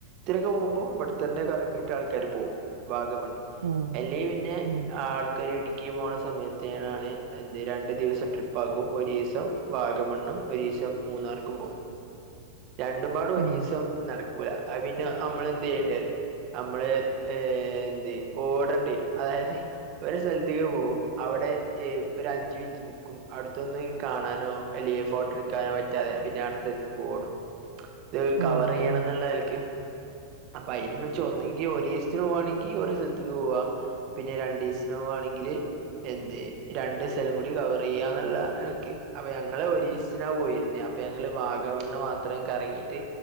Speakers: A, on the right; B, on the right.
A: ത്തിനൊക്കെ പോവുമ്പോ ഇവിടെത്തന്നെ കറങ്ങീട്ട് ആൾക്കാര് പോവും വാഗമണ്ണി
B: ആഹ് ആഹ് ആഹ്
A: അയില് പിന്നെ
B: ആഹ്
A: ആ ക്ക ഇടുക്കീ പോണ സമയത്തയ്ണാണ് എന്ത് രണ്ടു ദിവസം ട്രിപ്പ് ആക്കും ഒരീസം വാഗമണ്ണും ഒരീസം മൂന്നാർക്കും പോ രണ്ടുംപാടും ഒരീസം
B: ആഹ്
A: നട ക്കൂല അത് പിന്ന നമ്മളെന്തെയ്യണ്ടറിയൊ നമ്മള് ഏഹ് എന്തേ ഓടണ്ടേരും അതായത് ഒരു സ്ഥലത്തേക്ക് പോവും അവിടെ ഏ ഒരഞ്ച് മിനിറ്റ് ക്കും അടുത്തൊന്നും ഇകാണാനോ അല്ലേ ഫോട്ടോട്ക്കാനോ പറ്റാതെ പിന്നെ അടുത്തെത്തി ഓടും ഇത്
B: ആഹ്
A: കവർ
B: ആഹ് ആഹ്
A: ചെയ്യണംന്നുള്ള നെലക്ക് അപ്പൊ അയ്നുംവച്ചോന്നി ഈ ഒരീസത്തിന് പോവാണെങ്കി ഒരു സ്ഥലത്ത്ക്ക് പോവാ പിന്നെ രണ്ടീസ നോവാണെങ്കില് എന്തെ രണ്ട് സ്ഥലം കൂടി കവർ ചെയ്യാന്നുള്ള നെലക്ക് അപ്പൊ ഞങ്ങള് ഒരീസ്ത്തിനാ പോയിരുന്നെ അപ്പൊ ഞ ങ്ങള് വാഗമണ്ണ് മാത്രം കറങ്ങിട്ട്